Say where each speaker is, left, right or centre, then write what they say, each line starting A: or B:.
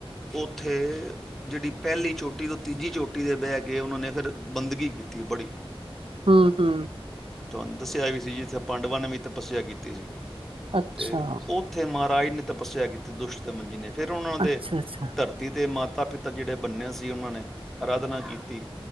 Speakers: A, in the centre; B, on the right (about 65°).
A: ਉੱਥੇ ਜਿਹੜੀ ਪਹਿਲੀ ਚੋਟੀ ਤੋਂ ਤੀਜੀ ਚੋਟੀ ਤੇ ਬਹਿ ਕੇ ਉਹਨਾਂ ਨੇ ਫਿਰ ਬੰਦਗੀ ਕੀਤੀ। ਬੜੀ
B: ਹੂੰ- ਹੂੰ।
A: ਤੁਹਾਨੂੰ ਦੱਸਿਆ ਵੀ ਸੀ ਜਿੱਥੇ ਪਾਂਡਵਾਂ ਨੇ ਵੀ ਤਪੱਸਿਆ ਕੀਤੀ ਸੀ।
B: ਅੱਛਾ,
A: ਤੇ ਉੱਥੇ ਮਹਾਰਾਜ ਨੇ ਤਪੱਸਿਆ ਕੀਤੀ। ਦੁਸ਼ਟ ਦੇ ਮੰਜੀ ਨੇ ਫਿਰ ਉਹਨਾਂ ਦੇ
B: ਅੱਛਾ, ਅੱਛਾ
A: ਧਰਤੀ ਤੇ ਮਾਤਾ ਮਾਤਾ ਪਿਤਾ ਜਿਹੜੇ ਬੰਨਿਆ ਸੀ ਉਹਨਾਂ ਨੇ ਅਰਾਧਨਾ ਕੀਤੀ।